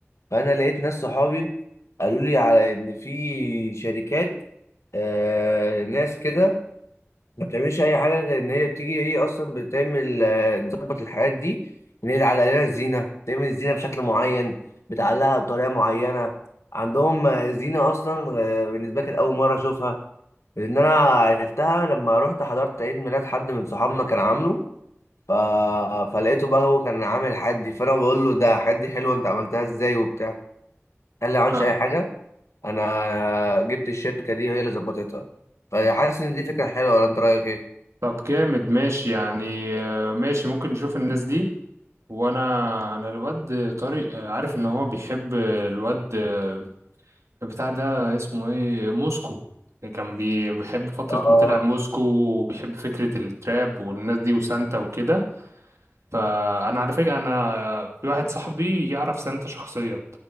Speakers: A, on the left (about 80°); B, on the right (about 80°).
A: فانا لقيت ناس صحابي قالوا لي على ان في شركات آه ناس كده ما بتعملش اي حاجه غير ان هي بتيجي هي اصلا بتعمل آه، تظبط الحاجات دي ان هي تعلق لنا الزينه تعمل الزينه بشكل معين بتعلقها بطريقه معينه عندهم آه، زينه اصلا آه، بالنسبه لي كانت اول مره اشوفها لان انا عرفتها لما رحت حضرت عيد ميلاد حد من صحابنا كان عامله ف... فلقيته بقى هو كان عامل حدي فانا بقول له ده حدي حلو انت عملتها ازاي وبتاع قال لي ما عملتش
B: ها
A: اي حاجه انا جبت الشركه دي هي اللي ظبطتها فحاسس ان دي فكره حلوه ولا انت رايك ايه
B: طب جامد ماشي يعني آه، ماشي ممكن نشوف الناس دي وانا انا الواد طارق آه، عارف ان هو بيحب الواد آه، بتاع ده اسمه ايه موسكو كان بي- بيحب فترة
A: اه
B: ما طلع موسكو وبيحب فكرة التراب والناس دي وسانتا وكده فانا على فكره انا في واحد صاحبي يعرف سانتا شخصيا